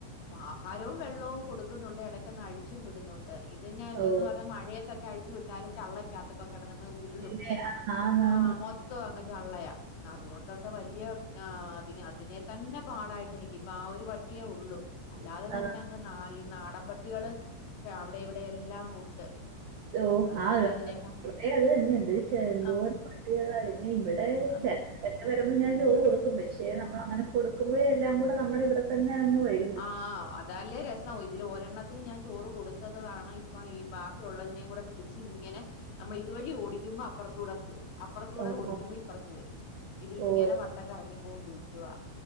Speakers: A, on the left; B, on the right.
A: ആഹാരവും വെള്ളവും കൊടുക്ക്‌ന്നൊണ്ട് എട ഇതൊന്നു അഴിച്ചും വിടുന്നുണ്ട് ഇതിനെ ഇത്
B: ഓ
A: എന്ന് പർഞ്ഞ മഴയത്തൊക്കെ അഴിച്ചു വിട്ടാലും ചള്ളൊക്കകത്തൊക്കെ കെടന്നങ്ങ് ഉരുളും
B: പിന്നെ
A: ളും
B: ആ, ആന്ന്
A: ആ
B: ആന്ന്.
A: മൊത്തം അങ്ങ് ചള്ളയാ അതുകൊണ്ടൊക്കെ വല്യ. ആ അത് അതിനെ തന്നെ പാടായിട്ട് നിക്ക്യാ ഇപ്പൊ ആ ഒരു പട്ടിയേ ഉള്ളു. അല്ലാതെ തന്നെ
B: ആ
A: അങ്ങ് നാ ഈ നാടം പട്ടികള് അവിടെം ഇവിടെം എല്ലാം ഉണ്ട്.
B: ഓ
A: അത്
B: ആ
A: നമ്മളെ ഇതിനേക്കാ
B: കുറെ അത് തന്നെയുണ്ട് പക്ഷെ എന്തോരം
A: ആഹ്
B: പട്ടികളാ വരുന്ന ഇബടെ
A: ആ
B: ചെൽ <unintelligible> വരുമ്പോ ഞാൻ ചോറ് കൊടുക്കും പക്ഷേ നമ്മളങ്ങനെ കൊടുക്കുമ്പഴേ എല്ലാം കൂടെ നമ്മുടെ ഇവിടെത്തന്നെയങ്ങ് വെരും
A: ആഹ് അതല്ലേ രസം ഇതില് ഒരെണ്ണത്തിന് ഞാൻ ചോറ് കൊടുത്തത് കാരണം ഇപ്പൊ ഈ ബാ ക്കി ഉള്ളതിനെ കൂടെ പിടിച്ച് ഇങ്ങനെ നമ്മൾ ഇതുവഴി ഓടിക്കുമ്പോ അപ്പൊർത്തൂടെ പോവും. അപ്പുർത്തൂടെ
B: ആഹാ.
A: ഓടിക്കുമ്പോ ഇപ്പൊർത്ത് വരും ഇതിങ്ങനെ
B: ഓ
A: വട്ടം കറങ്ങിക്കോണ്ടിരിക്കുവാ